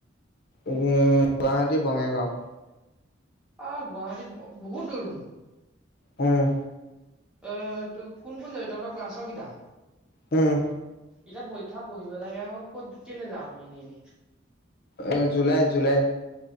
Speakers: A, on the left; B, in the centre.
A: উম গুৱাহাটী বঙাইগাঁও।
B: অ' গুৱাহাটীত বহুত দূৰ দেখোন।
A: উম।
B: অ' তো কোন কোন যাবি তহঁতৰ ক্লাছৰ কেইটা
A: উম।
B: এতিয়া পৰীক্ষা পঢ়িব লাগে ক'ত কেলে যাৱনো এনেই এনেই।
A: অ' জুলাই জুলাই